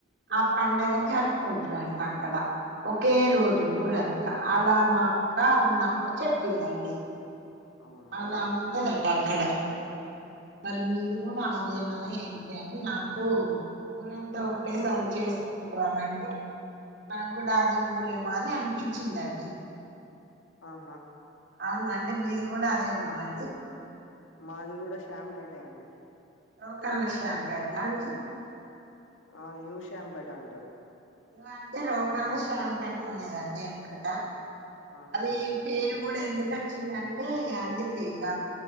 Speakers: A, on the right; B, on the left.
A: ఆ పండగ జరుపుకుంటారంట అక్కడ ఒకే రోజు
B: అవును
A: ఊరంతా. అలా మా అక్క ఉన్నప్పుడు చెప్పిందండి
B: అవునా
A: అలా
B: అండి
A: ఉంటదంట అక్కడ మరి మీది కూడా అదేనా ఏంటి అని నాకు ఊరంతా ఒక ఒకేసారి చేసుకుంటాన అంటే నాకు కూడా అదే ఊరేమో అని అనిపించిందండి
B: ఆహా
A: అవున అండి మీది కూడా అదే ఊరా అండి
B: మాది కూడా షామ్ పెటే అండి
A: రోకన్ల షాంప పెద్దా అండి <unintelligible>
B: ఆ న్యూ శ్యామ్ పేట అంటారు
A: అంటే రోకంలో షాపేట అనేదండి వెనుకట
B: ఆహా
A: అది పేరు కూడా ఎందుకు వచ్చిందంటే అందుకే ఇగ